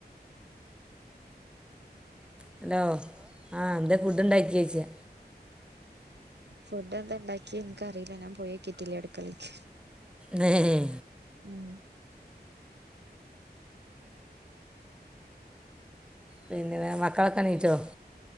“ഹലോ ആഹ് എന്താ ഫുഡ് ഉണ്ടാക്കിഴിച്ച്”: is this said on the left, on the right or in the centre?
Centre